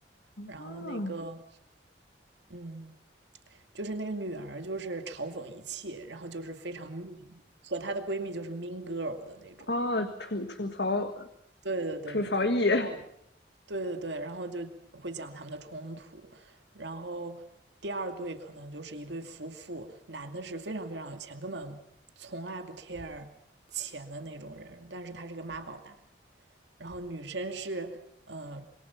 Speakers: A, on the right; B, on the left.
A: 然后那个，
B: 哦，
A: 嗯，就是那个女儿就是嘲讽一切，然后就是非常 mean，和她的闺蜜就是 mean girl 的那种。
B: 哦，吐吐槽
A: 对对对对对。
B: 吐槽艺。
A: 对对对，然后就会讲他们的冲突，然后第二对可能就是一对夫妇，男的是非常非常有钱，根本从来不 care 钱的那种人，但是他是个妈宝男，然后女生是呃